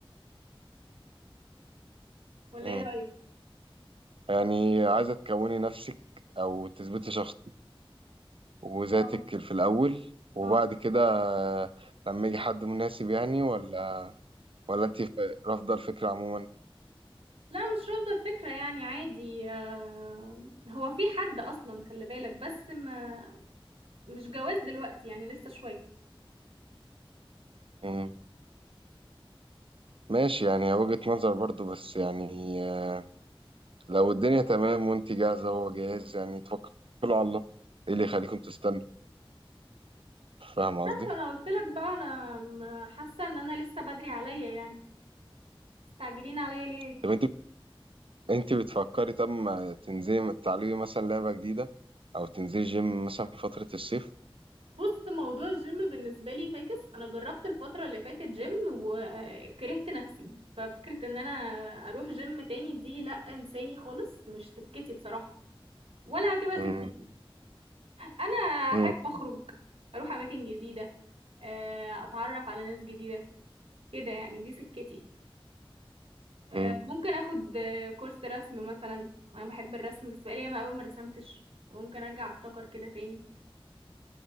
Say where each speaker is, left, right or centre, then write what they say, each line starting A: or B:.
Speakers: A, on the right; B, on the right.
A: ولا
B: مم.
A: ايه رأيك
B: يعني عايزه تكوني نفسك او تثبتي شخص وذاتك
A: اه
B: في الاول وبعد
A: اه
B: كده آه، لما يجي حد مناسب يعني ولا ولا انت رافضه الفكره عموما
A: لا مش رافضة الفكرة يعني عادي آه، هو في حد اصلا خلي بالك بس ما مش جواز دلوقتي يعني لسه شوية
B: مم. ماشي يعني هي وجهة نظر برضو بس يعني آه، لو الدنيا تمام وانت جاهزة وهو جاهز يعني توكلوا على الله ايه اللي يخليكم تستنوا فاهم قصدي
A: فانا قلت لك بقى انا م- حاسه ان انا لسه بدري عليا يعني مستعجلين عليا ليه
B: طب انت انت بتفكري طب ما تنزلي ما تتعلمي مثلا لعبة جديدة او تنزلي جيم مثلا في فترة الصيف
A: بص موضوع الجيم بالنسبه لي فاكس انا جربت الفتره اللي فاتت جيم وكرهت نفسي ففكره ان انا اروح جيم تاني دي لا انساني خالص مش سكتي بصراحه ولا هتبقى
B: امم
A: سكتي انا
B: امم
A: احب اخرج اروح اماكن جديده آه، اتعرف على ناس جديده كده يعني دي سكتي آه،
B: امم
A: ممكن اخد آه، كورس رسم مثلا انا بحب الرسم بس بقالي ياما قوي ما رسمتش ممكن ارجع افتكر كده تاني